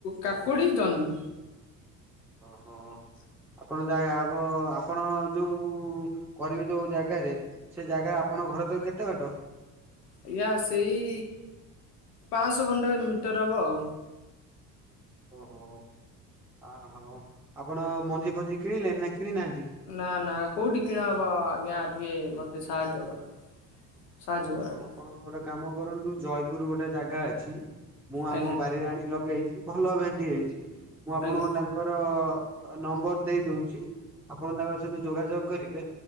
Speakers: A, on the left; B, in the centre.
A: କାକୁଡ଼ି ଜହ୍ନି।
B: ହ।
A: <unintelligible>
B: ଆପଣ ଜାଗା ଆବ ଆପଣ ଯୋଉ କରିବେ ଯୋଉ ଜାଗାରେ ସେ ଜାଗା ଆପଣଙ୍କ ଘରେ ତକୁ କେତେ ବାଟ?
A: ଆଜ୍ଞା ସେଇ ପାଞ୍ଚଶହ ଖଣ୍ଡେ ମିଟର ହେବ ଆଉ।
B: ଓହୋ ଆହୋ ଆପଣ ମଞ୍ଜି ଫଞ୍ଜି କିଣିଲେନ ନା କିଣି ନାହାନ୍ତି?
A: ନା ନା କୋଉଠି କିଣାହବ ଆଜ୍ଞା ଟିକେ ମତେ ସାହାଯ୍ୟ କର। ସାହାଯ୍ୟ
B: ଓହୋ
A: କର ଟିକେ।
B: ଆପଣ ଗୋଟେ କାମ କରନ୍ତୁ ଜୟପୁର ଗୋଟେ ଜାଗା ଅଛି ମୁଁ ଆମ
A: ଆଜ୍ଞା
B: ବାରିରେ ଆଣି ଲଗେଇଛି ଭଲ ଭେଣ୍ଡି ହେଇଛି ମୁଁ ଆପଣଙ୍କୁ
A: ଆଜ୍ଞା
B: ତାଙ୍କ ତାଙ୍କର ନମ୍ବର ଦେଇଦଉଛି ଆପଣ ତାଙ୍କ ସହିତ ଯୋଗାଯୋଗ କରିବେ।